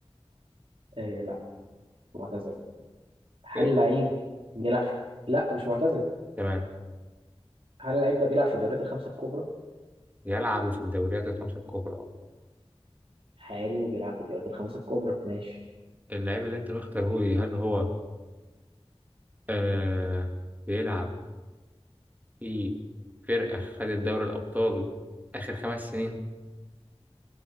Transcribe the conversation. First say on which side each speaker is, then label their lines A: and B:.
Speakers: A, on the right (about 60°); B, on the right (about 15°).
A: آه لا معتزل هل
B: ايه
A: لعيب بيلعب في- لا مش معتزل
B: تمام
A: هل اللعيب ده بيلعب في الدوريات الخمسة الكبرى
B: يلعبوا في الدوريات الخمسة الكبرى
A: حالي وبيلعب في الدوريات الخمسة الكبرى ماشي
B: اللاعب اللي انت مختاره لي هل هو آه بيلعب في فرقة خدت دوري الأبطال آخر خمس سنين؟